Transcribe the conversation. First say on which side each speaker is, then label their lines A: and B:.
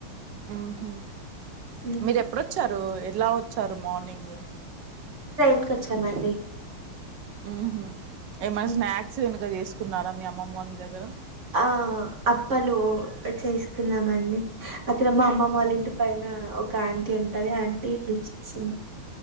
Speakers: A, on the right; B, on the right.
A: ఆహా
B: ఉమ్.
A: మీరెప్పుడొచ్చారు ఎలా వొచ్చారు మార్నింగ్
B: ట్రైన్కొచ్చామండి
A: ఊహు ఏమైనా
B: ఉమ్.
A: స్నాక్స్ గనుక దీసుకున్నారా మీ అమ్మమ్మ వాళ్ల ఇంటి దగ్గర
B: ఆ అప్పలు చేసుకున్నామండి అక్కడ మా అమ్మమ్మ వాళ్లింటి పైన ఒక ఆంటీ ఉంటది ఆ ఆంటీ హెల్ప్ చేసింది